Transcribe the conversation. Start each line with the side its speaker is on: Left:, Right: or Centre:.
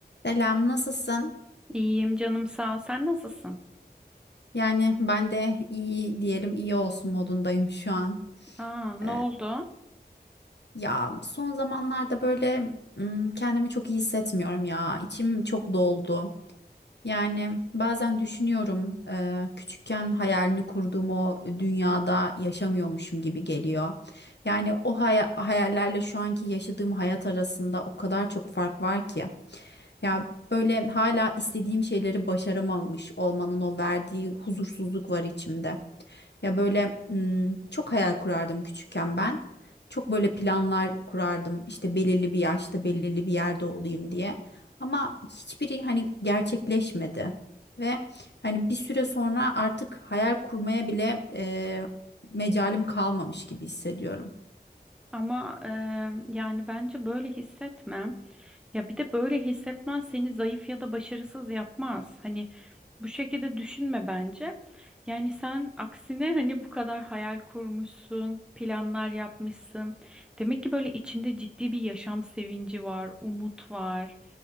Left: Selam, nasılsın?
Centre: İyiyim canım sağ ol. Sen nasılsın?
Left: Yani ben de iyi diyelim iyi olsun modundayım şu an.
Centre: Aa, ne
Left: Ee,
Centre: oldu?
Left: ya son zamanlarda böyle mm, kendimi çok iyi hissetmiyorum ya. İçim çok doldu. Yani bazen düşünüyorum e, küçükken hayalini kurduğum o dünyada yaşamıyormuşum gibi geliyor. Yani o haya- hayallerle şu anki yaşadığım hayat arasında o kadar çok fark var ki. Ya böyle hala istediğim şeyleri başaramamış olmanın o verdiği huzursuzluk var içimde. Ya böyle hmm, çok hayal kurardım küçükken ben. Çok böyle planlar kurardım işte belirli bir yaşta belirli bir yerde olayım diye. Ama hiçbiri hani gerçekleşmedi. Ve hani bir süre sonra artık hayal kurmaya bile e, mecalim kalmamış gibi hissediyorum.
Centre: Ama e, yani bence böyle hissetme. Ya bir de böyle hissetmen seni zayıf ya da başarısız yapmaz. Hani bu şekilde düşünme bence. Yani sen aksine hani bu kadar hayal kurmuşsun, planlar yapmışsın. Demek ki böyle içinde ciddi bir yaşam sevinci var, umut var